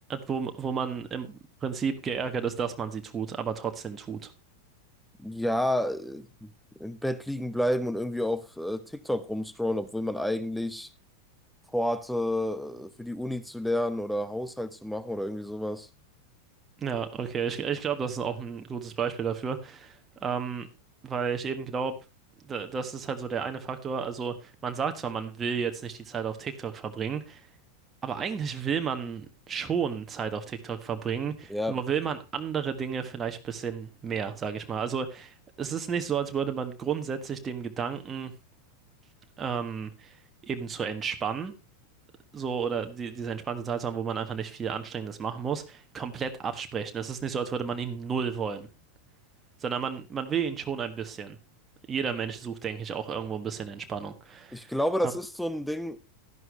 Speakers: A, on the right; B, in the centre.
A: Wo, wo man im Prinzip geärgert ist, dass man sie tut, aber trotzdem tut.
B: Ja, äh, im Bett liegen bleiben und irgendwie auf äh, TikTok rumscrollen, obwohl man eigentlich vorhatte, äh, für die Uni zu lernen oder Haushalt zu machen oder irgendwie sowas.
A: Ja, okay, ich, ich glaube, das ist auch ein gutes Beispiel dafür. Ähm, weil ich eben glaube, das ist halt so der eine Faktor. Also, man sagt zwar, man will jetzt nicht die Zeit auf TikTok verbringen. Aber eigentlich will man schon Zeit auf TikTok verbringen,
B: Ja,
A: nur will man andere Dinge vielleicht ein bisschen mehr, sage ich mal. Also es ist nicht so, als würde man grundsätzlich dem Gedanken ähm, eben zu entspannen, so oder die, diese entspannte Zeit zu haben, wo man einfach nicht viel Anstrengendes machen muss, komplett absprechen. Es ist nicht so, als würde man ihn null wollen, sondern man, man will ihn schon ein bisschen. Jeder Mensch sucht, denke ich, auch irgendwo ein bisschen Entspannung.
B: ich glaube, das
A: Ja,
B: ist so ein Ding,